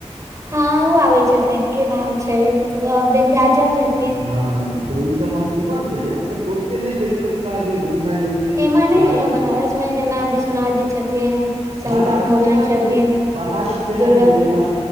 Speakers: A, on the right; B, on the right.
A: हँ ओ आबै छथिन की नाम छै विन्ध्याचल छथिन
B: हँ तऽ ओसभ हम घुमल छलियै मतलब त ओते नहि तै एकटा जे घुमनाइ हो छै
A: एम्हर नहि
B: गाजीपुर
A: एलौ बनारस में जेना विश्वनाथ जी छथिन संकट
B: बनारस
A: मोचन
B: केना
A: छथिन
B: नहि जेबी बनारस केना
A: दुर्गा
B: नहि जेबी
A: जी
B: बन